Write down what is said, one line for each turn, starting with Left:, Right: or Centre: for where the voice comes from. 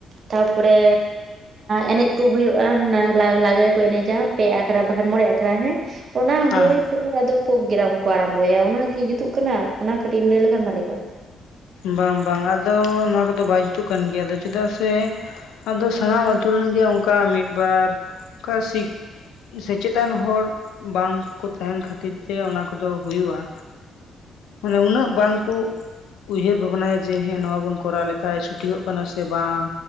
Right: ᱛᱟᱯᱚᱨᱮ ᱮᱱᱮᱡ ᱠᱚ ᱦᱳᱭᱳᱜᱼᱟ ᱞᱟ-ᱞᱟᱜᱽᱲᱮ ᱠᱚ ᱮᱱᱮᱡᱟ ᱯᱮ ᱟᱠᱷᱲᱟ ᱵᱟᱝᱠᱷᱟᱱ ᱢᱚᱬᱮ ᱟᱠᱷᱲᱟ ᱦᱮᱸ᱾ ᱚᱱᱟ
Left: ᱦᱮᱸ
Right: ᱦᱩᱭ ᱯᱚᱨᱮ ᱟᱫᱚ ᱯᱳᱜᱽᱜᱮᱨᱟᱢ ᱠᱚ ᱟᱨᱟᱢᱵᱚᱭᱟ᱾ ᱚᱱᱟ ᱠᱤ ᱡᱩᱛᱩᱜ ᱠᱟᱱᱟ, ᱚᱱᱟ ᱠᱟᱹᱴᱤᱡ ᱮᱢ ᱞᱟᱹᱭ ᱞᱮᱠᱷᱟᱱ ᱵᱷᱟᱞᱤ ᱠᱚᱜᱼᱟ᱾
Left: ᱵᱟᱝ ᱵᱟᱝ ᱟᱫᱚ ᱱᱚᱣᱟ ᱠᱚᱫᱚ ᱵᱟᱭ ᱡᱩᱛᱩᱜ ᱠᱟᱱ ᱜᱮᱭᱟ᱾ ᱟᱫᱚ ᱪᱮᱫᱟᱜ ᱥᱮ ᱟᱫᱚ ᱥᱟᱱᱟᱢ ᱟᱛᱩ ᱨᱮᱱ ᱜᱮ ᱚᱱᱠᱟ ᱢᱤᱫ ᱵᱟᱨ ᱚᱱᱠᱟ ᱥᱤᱼᱼ ᱥᱮᱪᱮᱫᱱ ᱦᱚᱲ ᱵᱟᱝᱠᱚ ᱛᱟᱦᱮᱱ ᱠᱷᱟᱹᱛᱤᱨ ᱛᱮ ᱚᱱᱟ ᱠᱚᱫᱚ ᱦᱩᱭᱩᱜᱼᱟ᱾ ᱢᱟᱱᱮ ᱩᱱᱟᱹᱜ ᱵᱟᱝ ᱠᱚ ᱩᱭᱦᱟᱹᱨ ᱵᱷᱟᱵᱽᱱᱟᱭᱟ ᱡᱮ ᱦᱮᱸ ᱱᱚᱣᱟ ᱵᱚᱱ ᱠᱚᱨᱟᱣ ᱞᱮᱠᱷᱟᱱ ᱥᱚᱴᱷᱤᱠᱚᱜ ᱠᱟᱱᱟ ᱥᱮ ᱵᱟᱝ